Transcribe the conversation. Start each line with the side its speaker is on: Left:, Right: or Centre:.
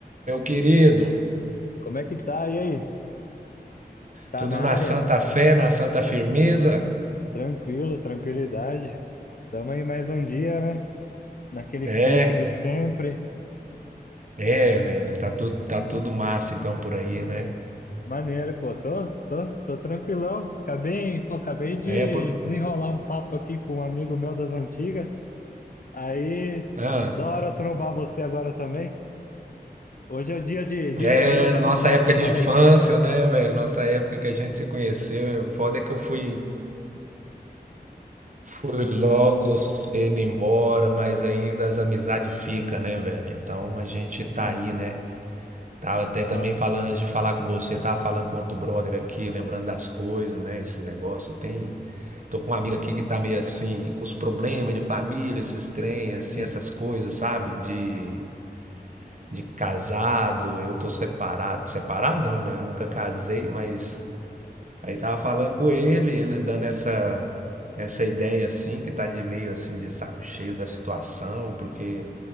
Right: meu querido.
Left: Como é que tá? E aí? Tá
Right: Tudo
Left: na
Right: na
Left: área?
Right: santa fé, na santa firmeza.
Left: Tranquilo, tranquilidade. Tamo aí mais um dia, né? Naquele
Right: É,
Left: pique de sempre.
Right: é, velho. Tá tudo, tá tudo massa então por aí, né?
Left: Maneiro, pô. Tô, tô, tô tranquilão. Acabei, pô, acabei de
Right: É, por...
Left: desenrolar um papo aqui com um amigo meu das antigas. Aí,
Right: ah,
Left: da hora eu trombar você agora também. Hoje é o dia de, de
Right: é
Left: rever as amizades.
Right: nossa época de
Left: Fala
Right: infância,
Left: aí.
Right: né, velho? Nossa época que a gente se conheceu. O Foda é que eu fui, fui logo cedo embora, mas ainda as amizades ficam, né, velho? Então a gente tá
Left: Sim,
Right: aí, né? Tava até também
Left: ó,
Right: falando antes de falar com você, tava falando com outro brother aqui, lembrando das coisas, né? Esses negócios. Tem. Tô com uma amiga aqui que tá meio assim, com os problemas de família, esses trem, assim,
Left: sim,
Right: essas coisas, sabe? De, de casado, eu tô separado. Separado não, né? Eu nunca casei, mas aí tava falando com ele, ele dando essa, essa ideia assim, que tá de meio assim, de saco cheio da situação, porque